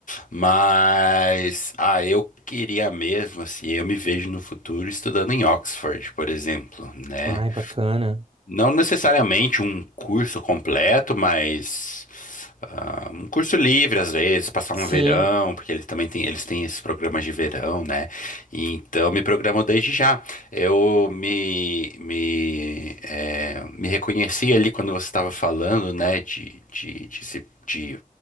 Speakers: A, on the left; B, on the right.
A: Mas, ah, eu queria mesmo, assim, eu me vejo no futuro estudando em Oxford, por exemplo, né?
B: Ai, bacana.
A: Não necessariamente um curso completo, mas ah, um curso livre às vezes, passar
B: Sim.
A: um verão, porque eles também têm, eles têm esses programas de verão, né? Então me programo desde já. Eu me, me, eh, me reconheci ali quando você estava falando, né, de, de, de, se- de